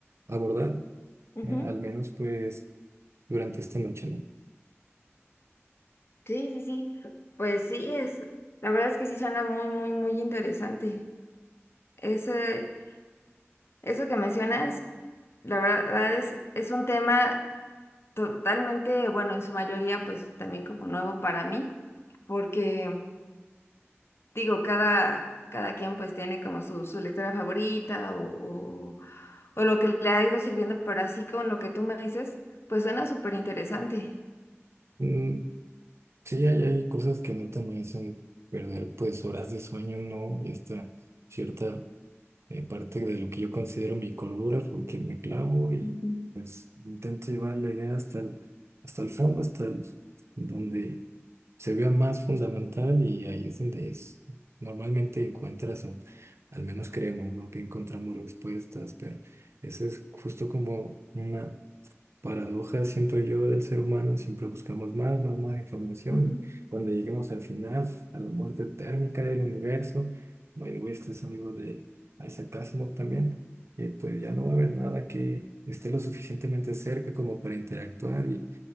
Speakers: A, on the right; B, on the left.
A: abordar,
B: Ujú.
A: eh, al menos pues durante esta noche, ¿no?
B: Sí, sí, sí. Pues sí, es, la verdad es que sí suena muy, muy, muy interesante. Ese, eso que mencionas, la verdad es, es un tema totalmente, bueno, en su mayoría, pues también como nuevo para mí, porque digo, cada, cada quien pues tiene como su, su lectora favorita o, o- o lo que le ha ido sirviendo, pero así con lo que tú me dices, pues suena súper interesante.
A: Mm, Sí, hay, hay cosas que neta me hacen perder pues horas de sueño, ¿no? Y esta cierta eh, parte de lo que yo considero mi cordura, porque me clavo y
B: Ujú,
A: intento llevar la idea hasta el, hasta el fondo, hasta el- donde se vea más fundamental y ahí es donde es, normalmente encuentras, o al menos creemos, ¿no? Que encontramos respuestas, pero eso es justo como una paradoja, siento yo, del ser humano, siempre buscamos más, más, más información.
B: ujú,
A: Cuando lleguemos al final, a la muerte térmica del universo, by the way, este es un libro de Isaac Asimov también, eh, pues ya no va a haber nada que esté lo suficientemente cerca como para interactuar y